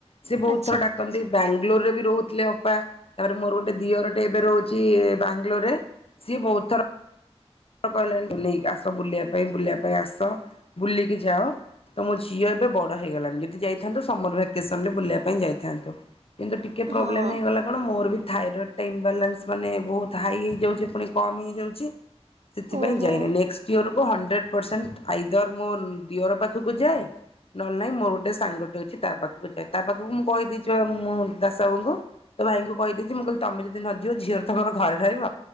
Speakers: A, on the left; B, on the right.
A: ସେ ବହୁତ
B: ଆଚ୍ଛା
A: ଥର ଡାକ ବାଙ୍ଗଲୋରରେ ରେ ବି ରହୁଥିଲେ ଅପା। ତାପରେ ମୋର ଗୋଟେ ଦିଅରଟେ, ଏବେ ରହୁଛି ବାଙ୍ଗଲୋରରେ। ସିଏ ବହୁତ ଥର ହଁ, କହିଲାଣି ନେଇକି ଆସ ବୁଲିବା ପାଇଁ। ବୁଲିବା ପାଇଁ ଆସ ବୁଲିକି ଯାଅ। ତ ମୋ ଝିଅ ଏବେ ବଡ ହେଇଗଲାଣି। ଯଦି ଯାଇଥାନ୍ତୁ ସମର ଭ୍ୟାକେସନ ରେ ବୁଲିବା ପାଇଁ ଯାଇଥାନ୍ତୁ। ହେଲେ କିନ୍ତୁ, ଟିକେ ପ୍ରୋବ୍ଲେମେ
B: ହଁ
A: ହେଇଗଲା କଣ? ମୋରବି ଥାଇରଏଡ଼୍ଟା ଇନବାଲାନ୍ସ! ମାନେ ବହୁତ ହାଇ ହେଇ ଯାଉଛି ପୁଣି କମ୍ ହେଇଯାଉଛି। ସେଥିପାଇଁ
B: ଓହୋ
A: ଯାଇନି। ନେକଷ୍ଟଇୟର କୁ ହଣ୍ଡ୍ରେଡ଼ ପରସେଣ୍ଟ ଆଇଦର ମୋ ଦିୟର ପାଖକୁ ଯାଏ। ନହେଲେ ନାଇଁ, ମୋର ଗୋଟେ ସାଙ୍ଗଟେ ଅଛି ତା ପାଖକୁ ଯାଏ। ତା ପାଖକୁ ମୁଁ କହିଦେଇଚି, ବା ମୁଁ ଦାସ ବାବୁଙ୍କୁ ତ ଭାଇଙ୍କୁ କହିଦେଇଛି ମୁଁ କହିଲି ତମେ ଯଦି ନଯିବ। ଝିଅର ତମର ଘରେ ରହିବ।